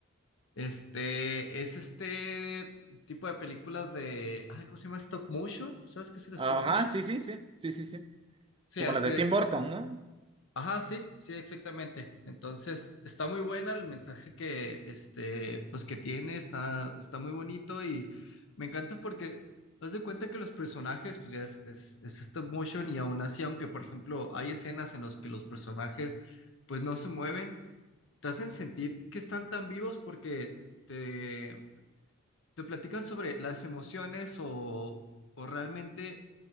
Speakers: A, on the left; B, on the right.
A: Este, es este tipo de películas de, ay, ¿cómo se llama? Stop motion. ¿Sabes qué es el stop
B: Ajá,
A: motion?
B: sí, sí, sí, sí, sí, sí.
A: Sí,
B: Como
A: es
B: las
A: que
B: de Tim Burton, ¿no?
A: Ajá, sí, sí, exactamente. Entonces, está muy buena el mensaje que, este, pues que tiene, está, está muy bonito y me encanta porque haz de cuenta que los personajes, pues ya es, es, es stop motion y aún así, aunque por ejemplo hay escenas en las que los personajes pues no se mueven, te hacen sentir que están tan vivos porque te, te platican sobre las emociones o, o realmente